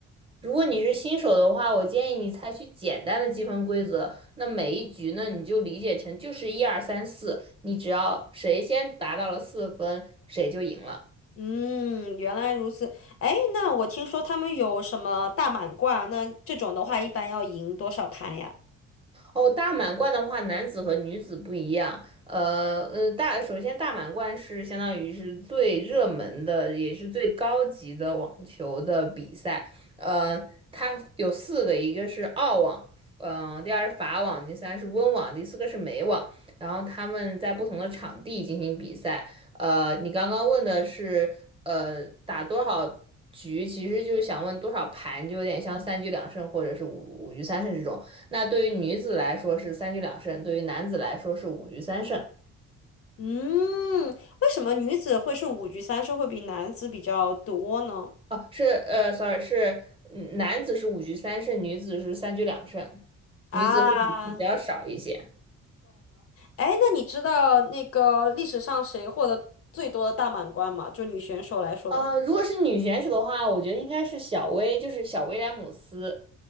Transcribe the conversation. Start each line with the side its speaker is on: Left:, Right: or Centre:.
Right: 如果你是新手的话，我建议你采取简单的积分规则。那每一局呢，你就理解成就是一二三四，你只要谁先达到了四分，谁就赢了。
Left: 嗯，原来如此。哎，那我听说他们有什么大满贯，那这种的话一般要赢多少盘呀？
Right: 哦，大满贯的话，男子和女子不一样。呃，嗯，大，首先大满贯是相当于是最热门的，也是最高级的网球的比赛。呃，它有四个，一个是澳网，嗯、第二是法网，第三是温网，第四个是美网。然后他们在不同的场地进行比赛。呃，你刚刚问的是，呃，打多少局，其实就是想问多少盘，就有点像三局两胜或者是五五局三胜这种。那对于女子来说是三局两胜，对于男子来说是五局三胜。
Left: 嗯，为什么女子会是五局三胜会比男子比较多呢？
Right: 哦，是呃，sorry，是嗯男子是五局三胜，女子是三局两胜，
Left: 啊，
Right: 女子会比男子要少一些。
Left: 哎，那你知道那个历史上谁获得最多的大满贯吗？就女选手来说的话，
Right: 呃，如果是女选手的话，我觉得应该是小威，就是小威廉姆斯。